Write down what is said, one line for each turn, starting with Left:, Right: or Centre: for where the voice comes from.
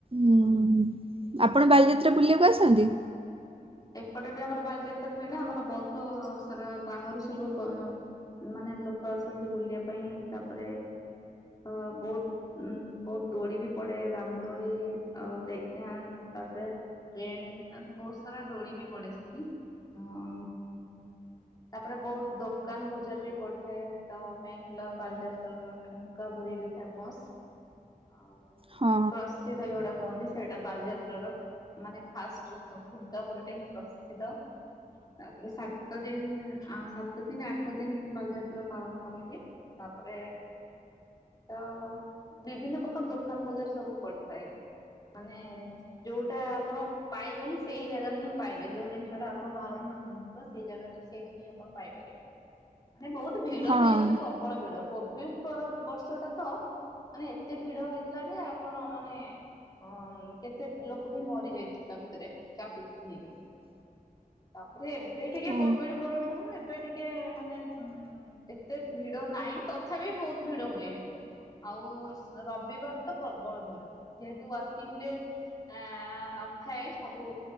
Right: ହୁଁ ଆପଣ ବାଲିଯାତ୍ରା ବୁଲିବାକୁ ଆସନ୍ତି?
Left: ଏପଟେ ବି ଆମର ବାଲିଚାତ୍ରା ହୁଏ ନା। ଆମର ବହୁତ ସାରା ବାହାରୁ ସବୁ କଣ ମାନେ, ଲୋକ ଆସନ୍ତି ବୁଲିବା ପାଇଁ ତାପରେ, ଅ ବହୁତ ଉଁ, ବହୁତ ଦୋଳି ବି ପଡେ। ରାମଦୋଳି, ଅ ବ୍ରେକ୍ଡ଼୍ୟାନ୍ସ, ତାପରେ ଟ୍ରେନ, ତାପରେ ବହୁତ ସାରା ଦୋଳି ବି ପଡେ ସେଠି ହଁ। ତାପରେ, ବହୁତ ଦୋକାନ ବଜାର ବି ପଡିଥାଏ। ତ, ମେନ୍ ହେଲା ବାଲିଯାତ୍ରାର ଠୁ ଙ୍କାପୁରୀ ବି ଫେମସ୍ ଆଉ
Right: ହଁ
Left: ପ୍ରସିଦ୍ଧ ଯୋଉଟା କୁହନ୍ତି, ସେଇଟା ବାଲିଯାତ୍ର ର ମାନେ, ଫାଷ୍ଟ ଠୁ ଠୁଙ୍କାପୁରୀଟା ହିଁ ପ୍ରସିଦ୍ଧ। ତାପରେ, ସାତ ଦିନ ଆ ସାତ ଦିନ ଆଠ ଦିନ ବାଲିଯାତ୍ରା ପାଳନ କରା ହିଏ। ତାପରେ ତ ବିଭିନ୍ନ ପ୍ରକାର ଦୋକାନ ବଜାର ସବୁ ପଡିଥାଏ। ମାନେ-ଏଁ ଯୋଉଟା ଆପଣ ପାଇବେନି, ସେ ସେଇ ଜାଗାରେ ହିଁ ପାଇବେ। ଯୋଉ ଜିନିଷ ଟା ଆପଣ ବାହାରୁ ନ ମିଳୁଥିବ। ସେଇ ଜାଗାଠି, ସେଇଠି ହିଁ ଆପଣ ପାଇପାରିବେ। ମାନେ, ବହୁତ ଭିଡ
Right: ହଁ
Left: ହୁଏ। ମାନେ ପ୍ରବ୍ ବଡ଼ ଭିଡ। କୋଭିଡ଼ ପର ବର୍ଷ ଯଉଟା ତ, ମାନେ, ଏତେ ଭିଡ ହେଇଥିଲା ଯେ, ଆପଣ ମାନେ ହଁ, କେତେ ଲୋକ ବି ମରି ଯାଇଥି ତା ଭିତରେ, ଚାପି ଚୁପି ହେଇକି। ତା'ପରେ, ଏବେ ଟିକେ
Right: ଓ
Left: କୋଭିଡ଼ ପରଠାରୁ, ଏବେ ଟିକେ ଟେଁ, ମାନେ ଉଁ, ଏତେ ଭିଡ ନାଇଁ। ତଥାପି ବହୁତ ଭିଡ ହୁଏ। ଆଉ ରବିବାର ତ ପ୍ରବଳ ଭିଡ। ଯେହେତୁ, ୱାର୍କିଂ ଡେ ଏଁ -ଏଁ -ନଥାଏ ସବ୍ ବୁ,